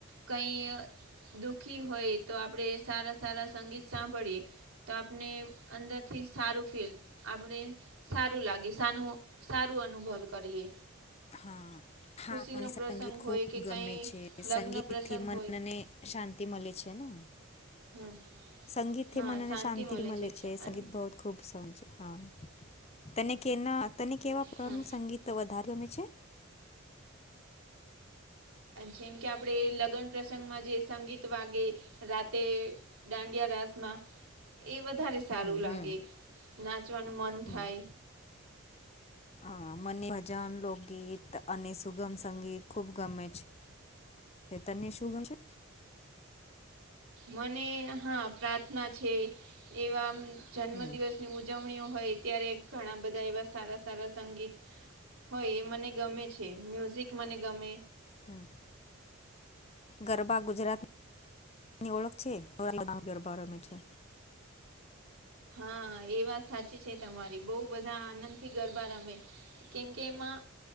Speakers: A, on the right; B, on the left.
A: કંઈ. દુઃખી હોઈએ તો આપડે સારા સારા સંગીત સાંભળીએ. તો આપને અંદરથી સારું ફીલ આપડે સારું લાગે, સાનું-સારું અનુભવ કરીએ.
B: હા. હા
A: ખુશીનો
B: મને
A: પ્રસંગ
B: સંગીત
A: હોય
B: ખૂબ
A: કે
B: ગમે
A: કઈ
B: છે
A: લગ્ન
B: સંગીતથી
A: પ્રસંગ
B: મનને
A: હોય
B: શાં તિ મલે છે ને
A: હા
B: સંગીતથી
A: હા
B: શાંતિ
A: મળે
B: મલે છે
A: અને
B: સંગીત <unintelligible> ખૂબ <unintelligible> હા તને કેના તને કેવા પ્રકારનું
A: છે હા
B: સંગી ત વધાર ગમે છે.
A: જેમ કે આપડે લગન પ્રસંગમાં જે સંગીત વાગે રાતે દાંડિયા રાશમા એ વધારે સારું
B: હમ
A: લાગે
B: હમ
A: નાચવાનું મન
B: હમ
A: થાય.
B: હા મને ભજન, લોકગીત અને સુગમ સંગીત ખુબ ગમે છે. ને તને શું <inaudible> છે.
A: મને હા, પ્રાર્થના છે. એવા જન્મ
B: હમ.
A: દિવસની ઉજવણીઓ હોય ત્યારે ઘણા બધા એવા સારા-સારા સંગીત હોય એ મને ગમે છે, મ્યુઝિક મને ગમે.
B: હમ્મ. ગરબા ગુજરા <inaudible> ઓળખ છે <inaudible> ગરબા રમે છે.
A: હા એ વાત સાચી છે તમારી બહુ બધા આનંદથી ગરબા રમે. કેમ કે એમાં